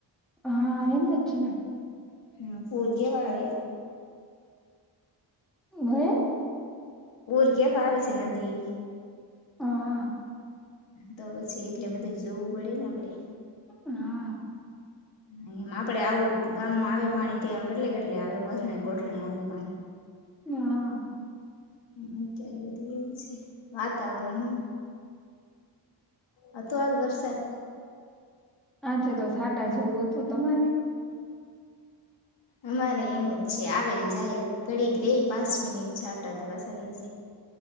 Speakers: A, in the centre; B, on the left (about 85°).
A: હા એમ જ ને.
B: ને પૂર કેવાં આવે!
A: હે?
B: પૂર કેવાં આવે છે નદીએ.
A: હા
B: તો પછી એટલે બધુંય જોવું પડે ને આપણે.
A: હા.
B: ને એમ આપણે આવું ગામમાં આવે પાણી ત્યા કેટલે-કેટલે આવે, ગોઠણે-ગોઠણે આવે પાણી.
A: હા.
B: હમ્મ અત્યારે બધું એવું જ છે. વાતાવરણ હુ આ તો આજ વરસાદ
A: આ છે તો સાટા જેવું હતું તમારે.
B: અમારેઈ એમ જ છે. આવે ને જાય, ઘડીક રેઈ પાંચ મિનિટ છાંટા <unintelligible> આવી જાય.